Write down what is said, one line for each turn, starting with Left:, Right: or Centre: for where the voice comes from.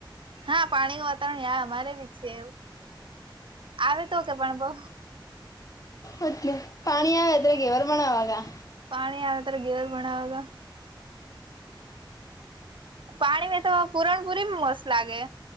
Right: હા પાણી નું વાતાવરણ ય અમારે બી છે એવું આવે તો કે પણ બઉ.
Left: મતલે પાણી આવે અયેર બનાવા.
Right: પાણી આવે ત્યારે ઘેર બનાવવા. પાણી મે તો પુરણપુરીમાં મસ્ત લાગે.